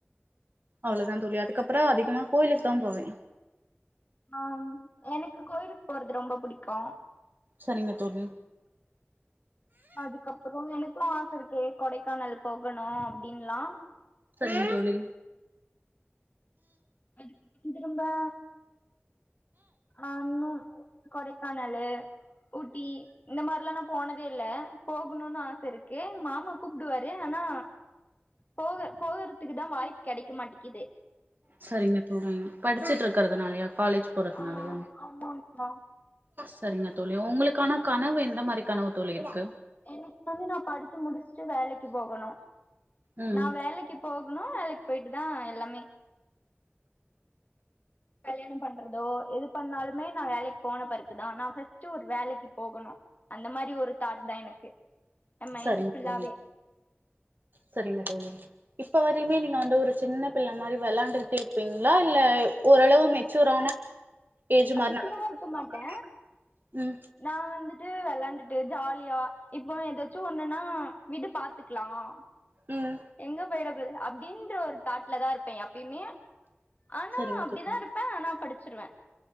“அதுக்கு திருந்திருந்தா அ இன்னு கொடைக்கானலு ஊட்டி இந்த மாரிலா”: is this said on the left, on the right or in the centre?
Left